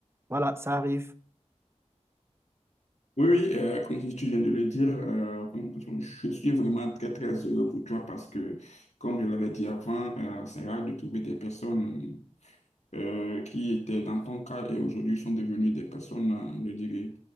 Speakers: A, on the right; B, on the left.
A: Voilà, ça arrive.
B: Oui, oui, euh, comme si tu viens de le dire, euh, je suis vraiment très, très heureux pour toi parce que, comme je l'avais dit avant, euh, c'est rare de trouver des personnes euh, qui étaient dans ton cas et aujourd'hui sont devenues des personnes, euh, je dirais,